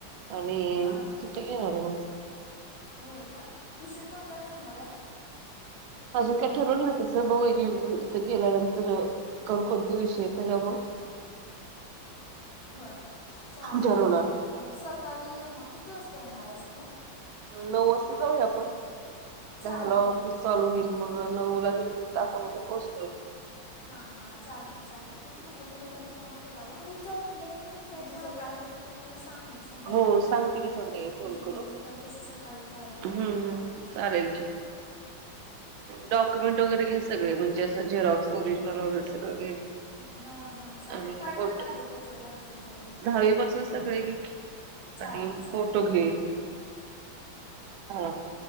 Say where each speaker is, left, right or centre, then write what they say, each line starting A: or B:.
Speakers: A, on the right (about 85°); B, on the left (about 75°).
A: आणि
B: हां हां
A: तिथं घेणार आहे मग.
B: होय का विषय कोणता ठेवणार आहे?
A: अजून काय ठरवलं नाही तसं. बगु या की तिथं गेल्यानंतर. कोण कोणत्या विषयात हाईत तेच्या मूळ.
B: होय. चालतय
A: ठरवणार.
B: सकाळी ये मग किती वाजता. येणार आहेस तू.
A: नऊ वाजता जाऊया आपण
B: चालेल
A: दहाला ऑफिस चालू होईल मग नऊ ला एक तासामध्ये पोचतोय.
B: हा हा चालतय-चालतय तेच म्हंटलं. तुला फोन कराव नाही पले काय होते ते मला सांग मग संध्याकाळी
A: हो सांगते की संध्याकाळी
B: म्हणजे
A: फोन करून.
B: मग मी पण तस सकाळी तयारी
A: हम्म
B: वगैरे
A: हम्म
B: आवडते
A: चालेल की. डॉक्युमेंट वगैरे घे सगळे म्हणजे जेरॉक्सओिजनल वगैेगे
B: हां हां चालेल
A: आणि
B: काय
A: फोट
B: काय कागदपत्रं लागतील त्याला
A: दहावी पासून सगळे घे
B: चालेल
A: आणि
B: चालेल
A: फोटो घे हा